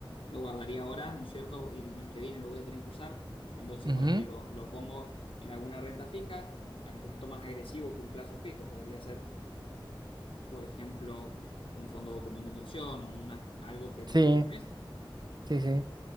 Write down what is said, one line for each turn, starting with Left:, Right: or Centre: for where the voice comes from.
Left: lo guardaría ahora, ¿no es cierto? Y el mes que viene lo voy a tener que usar. Entonces,
Right: Ujú.
Left: bueno, digo, lo pongo en alguna renta fija, un poquito más agresivo que un plazo fijo. Podría ser, por ejemplo, un fondo común de inversión o una, algo que me
Right: Sí,
Left: dure un mes
Right: sí, sí,